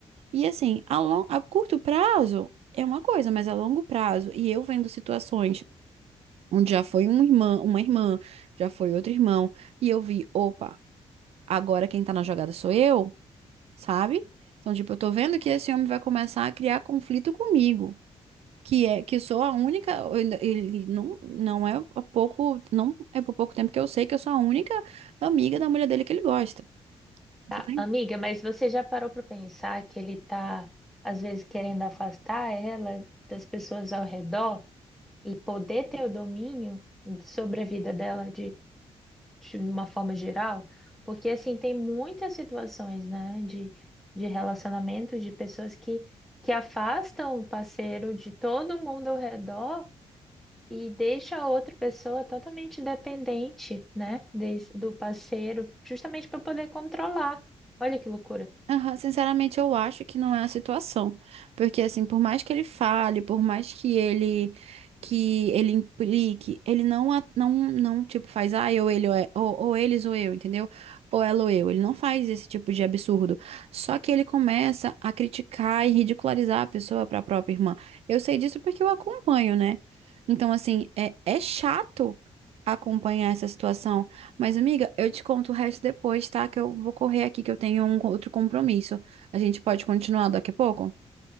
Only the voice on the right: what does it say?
E assim, a, lon- a curto prazo é uma coisa, mas a longo prazo, e eu vendo situações onde já foi um irmã, uma irmã, já foi outro irmão, e eu vi, opa, agora quem tá na jogada sou eu, sabe? Então, tipo, eu tô vendo que esse homem vai começar a criar conflito comigo. Que é que eu sou a única, eu ainda- ele não, não é há pouco, não é por pouco tempo que eu sei que eu sou a única amiga da mulher dele que ele gosta. Você
tá entendendo?
Aham, sinceramente, eu acho que não é a situação. Porque, assim, por mais que ele fale, por mais que ele que ele implique, ele não, a- não, não tipo, faz, ah, eu, ele, ou, é- ou, ou eles ou eu, entendeu? Ou ela ou eu. Ele não faz esse tipo de absurdo. Só que ele começa a criticar e ridicularizar a pessoa para a própria irmã. Eu sei disso porque eu acompanho, né? Então, assim, é, é chato acompanhar essa situação. Mas, amiga, eu te conto o resto depois, tá? Que eu vou correr aqui, que eu tenho um outro compromisso. A gente pode continuar daqui a pouco?